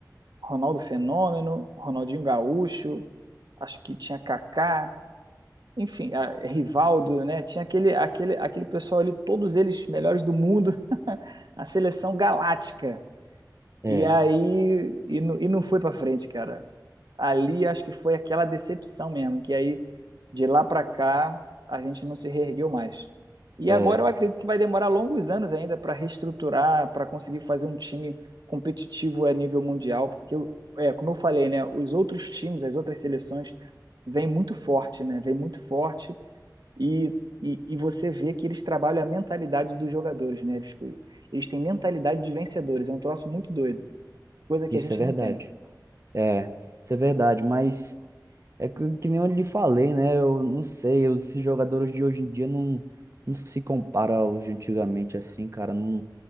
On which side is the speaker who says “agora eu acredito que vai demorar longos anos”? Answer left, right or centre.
Right